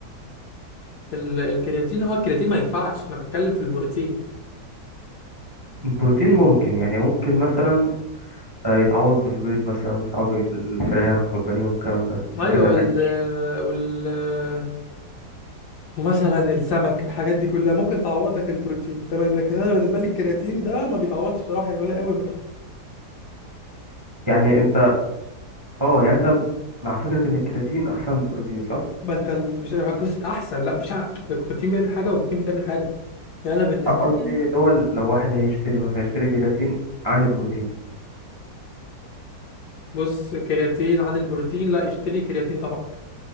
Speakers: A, on the left; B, on the right.
A: ال- الكرياتين اه الكرياتين ما ينفعش انا بتكلم في البروتين
B: البروتين ممكن يعني ممكن مثلا آه، يتعوض بالبيض مثلا ممكن يتعوض بالفراخ والبانيه والكلام ده
A: ايوه
B: والجبنة
A: وال
B: القريش
A: آه، وال آه، ومثلا السمك الحاجات دي كلها ممكن تعوض لك البروتين تمام لكن انا بالنسبة لي الكرياتين ده ما بيتعوضش بصراحة يعني قليل قوي ما تاخده
B: يعني أنت أه يعني أنت مع فكرة إن الكرياتين أحسن من البروتين صح؟
A: ما انت ال- مش قصه احسن لا مش ع- الكرياتين بيعمل حاجه والبروتين بتعمل حاجه يعني انا بالنسبه
B: آه، قصدي
A: لي
B: اللي هو ال- لو واحد هيشتري مثلا يشتري كرياتين عن البروتين
A: بص كرياتين عن البروتين لا اشتري كرياتين طبعا